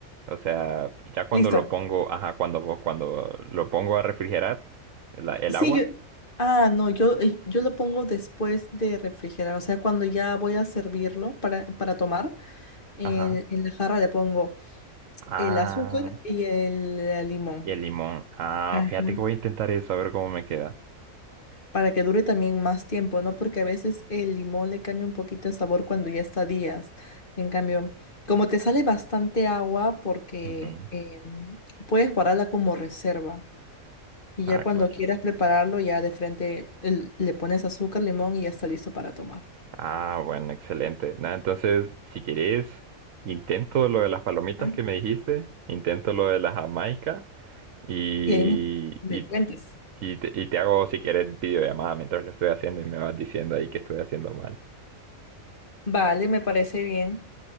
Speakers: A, on the right (about 70°); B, on the left (about 40°).
A: o sea, ya cuando
B: Listo.
A: lo pongo, ajá, cuando, cuando lo pongo a refrigerar, el, el
B: Sí,
A: agua,
B: yo- ah, no, yo, eh, yo lo pongo después de refrigerar, o sea, cuando ya voy a servirlo para, para tomar, en,
A: ajá.
B: en la jarra le pongo
A: Ah.
B: el azúcar y el, eh, limón,
A: Y el limón. Ah,
B: Ajá.
A: fíjate que voy a intentar eso, a ver cómo me queda.
B: para que dure también más tiempo, ¿no? Porque a veces el limón le cambia un poquito el sabor cuando ya está días. En cambio, como te sale bastante agua, porque
A: Ujú.
B: em, puedes guardarla como reserva. Y ya
A: Ah,
B: cuando
A: claro.
B: quieras prepararlo, ya de frente el- le pones azúcar, limón y ya está listo para tomar.
A: Ah, bueno, excelente. Nada, entonces, si querés, intento lo de las palomitas
B: Ah,
A: que me dijiste, intento lo de la Jamaica y,
B: Y ahí me, me
A: y,
B: cuentas.
A: y te, y te hago, si querés, videollamada mientras lo estoy haciendo y me vas diciendo ahí que estoy haciendo mal.
B: Vale, me parece bien.